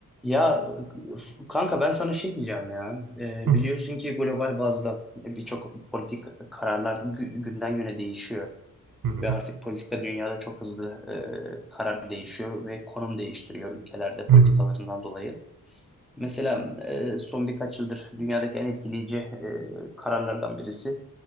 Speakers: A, in the centre; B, on the right.
A: Ya kanka ben sana şey diyeceğim ya. Ee,
B: Hı
A: biliyorsun ki global bazda e, birçok politik kararlar gü- günden güne değişiyor.
B: hı hı
A: Ve artık politika dünyada çok hızlı e, karar değişiyor ve konum değiştiriyor ülkelerde politikalarından
B: hı. hı.
A: dolayı. Mesela e, son birkaç yıldır dünyadaki en etkileyici e, kararlardan birisi